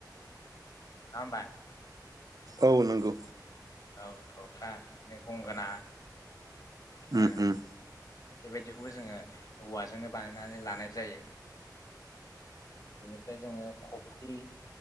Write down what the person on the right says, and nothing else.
औ नंगौ
उम
उम